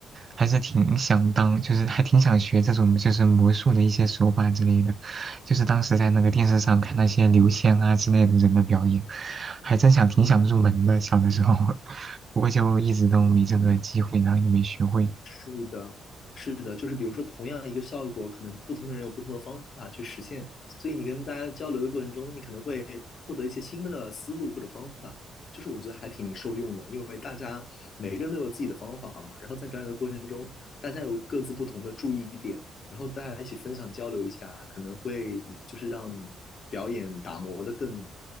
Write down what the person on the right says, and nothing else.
还是挺想当，就是还挺想学这种就是魔术的一些手法之类的，就是当时在那个电视上看那些刘谦啊之类的人的表演，还真想挺想入门的，
小的时候，<laughs> 不过就一直都没这个机会，然后也没学会。